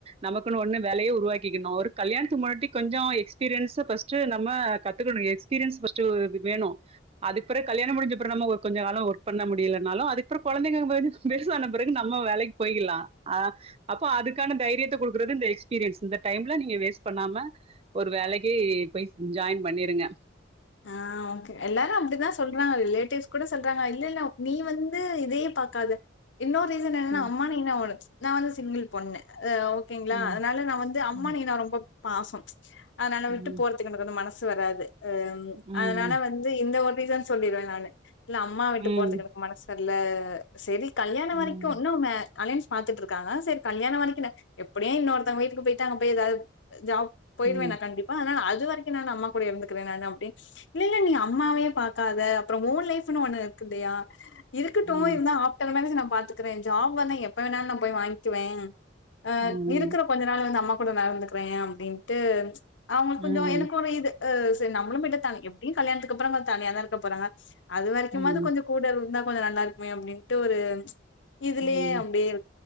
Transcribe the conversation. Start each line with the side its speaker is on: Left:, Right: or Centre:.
Right: நமக்குன்னு ஒண்ணு வேலைய உருவாக்கிக்கணு ஒரு கல்யாணத்து முன்னாட்டி கொஞ்ச எஸ்பீரியன்ஸ ஃபஸ்ட் நம்ம கத்துக்கணு எக்ஸ்பீரியன்ஸ் ஃபஸ்ட் வேணு அதுக்கு பிறகு கல்யாண முடிஞ்சப்புற நம்ம கொஞ்ச காலம் ஒர்க் பண்ண முடியலனாலு அதுக்குப்புற கொழந்தைங்கனு போது பெருசான பிறகு நம்ம வேலைக்கு போயிக்கலா ஆ அப்போ அதுக்கான தைரியத்தை குடுக்குறது இந்த எக்ஸ்பீரியன்ஸ் இந்த டைம்ல நீங்க வேஸ்ட் பண்ணாம ஒரு வேலைக்கி போய் ஜாயின் பண்ணிருங்க
Left: ஆ ஒகே எல்லாரு அப்படிதா சொல்றாங்க ரிலேட்டிவ்ஸ் கூட சொல்றாங்க இல்ல இல்ல நீ வந்து இதயே பாக்காத இன்னொரு ரீசன் என்னென்னா
Right: ம்
Left: அம்மானீன்ன நா வந்து சிங்கிள் பொண்ணு ஓகேங்களா
Right: ம்
Left: அதனால நா வந்து அம்மா
Right: ம்
Left: நீ நா ரொம்ப பாசம் அதன
Right: ம்
Left: விட்டு போற துகுனு வந்து மனசு வராது
Right: ம்
Left: அதனால வந்து இந்த ஒரு ரீசன் சொல்லிருவே நானு இல்ல அம்மா விட்டு
Right: ம்
Left: போறதுக்கு எனக்கு மனசு வர்ல சரி கல்யாணம் வரைக்கும்
Right: ம்
Left: இன்னும் ம அலையன்ஸ் பாத்துட்டு இருக்காங்க சரி கல்யாணம் வரைக்கு எப்படியே இன்னொருத்தவங்க வீட்டுக்கு போயிட்டா அங்க போய் ஏதாது ஜாப் போயிருவே
Right: ம்
Left: நா கண்டிப்பா ஆனா அது வரைக்கும் நா அம்மா கூட இருந்துகிறேன் நா அப்டின் இல்ல இல்ல நீ அம்மாவே பாக்காத அப்புற உ லைஃப்னு ஒண்ணு இருக்குல்லையா இருக்கட்டு
Right: ம்
Left: இருந்தா ஆஃப்டர் மேரேஜ் நா பாத்துக்கறே ஜாப் வந்தா எப்ப வேணாலு நா போய் வாங்கிகுவே அ
Right: ம் ம்
Left: இருக்கற கொஞ்ச நாள் வந்து அம்மா கூட நா இருந்துக்கறேன் அப்டின்ட்டு அவங்களுக்
Right: ம்
Left: கொஞ்ச எனக்கு ஒரு இது அ சரி நம்பளு போயிட்டு தனி எப்படியு கல்யாணத்துக்கு அப்புறமா தனியாதா இருக்க போறாங்க அது வரைக்குமாவது
Right: ம்
Left: கொஞ்ச கூட இருந்தா கொஞ்ச நல்லா இருக்குமே அப்டின்ட்டு ஒரு இதுலயே
Right: ம்
Left: அப்டியே இரு